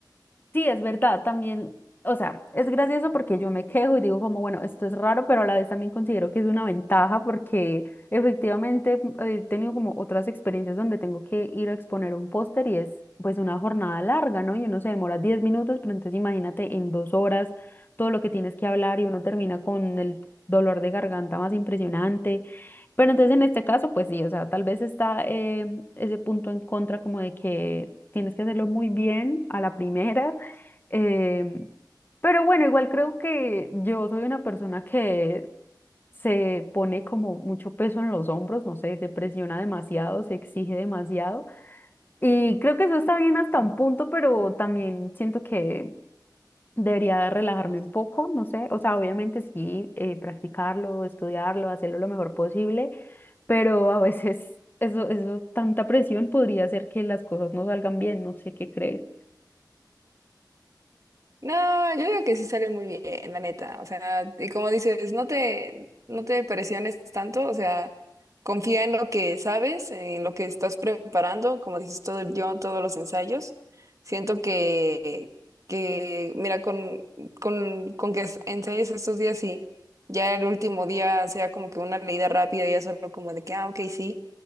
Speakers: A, on the left; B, on the right.
A: Sí, es verdad, también, o sea, es gracioso porque yo me quejo y digo como, bueno, esto es raro, pero a la vez también considero que es una ventaja porque efectivamente mm, he tenido como otras experiencias donde tengo que ir a exponer un póster y es pues una jornada larga, ¿no? Y uno se demora 10 minutos, pero entonces imagínate en dos horas todo lo que tienes que hablar y uno termina con el dolor de garganta más impresionante. Pero entonces en este caso, pues sí, o sea, tal vez está eh, ese punto en contra como de que tienes que hacerlo muy bien a la primera eh, pero bueno, igual creo que yo soy una persona que se pone como mucho peso en los hombros, no sé, se presiona demasiado, se exige demasiado. Y creo que eso está bien hasta un punto, pero también siento que debería relajarme un poco, no sé. O sea, obviamente sí, eh, practicarlo, estudiarlo, hacerlo lo mejor posible, pero a veces <laughs> eso, eso, tanta presión podría hacer que las cosas no salgan bien, no sé qué crees.
B: No, yo digo que sí sale muy bien, la neta. O sea, y como dices, no te, no te presiones tanto, o sea, confía en lo que sabes, en lo que estás preparando, como dices, todo el guión, todos los ensayos. Siento que, que mira, con, con, con que es- ensayes estos días y ya el último día sea como que una leída rápida, ya solo como de que, ah, ok, sí,